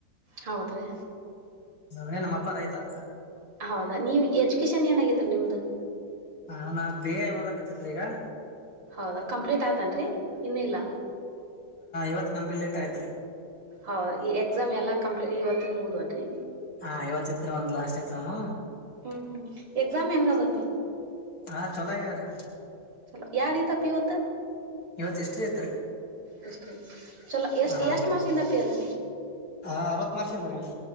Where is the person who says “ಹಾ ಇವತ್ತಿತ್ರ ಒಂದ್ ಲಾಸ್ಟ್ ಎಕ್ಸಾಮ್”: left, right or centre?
Left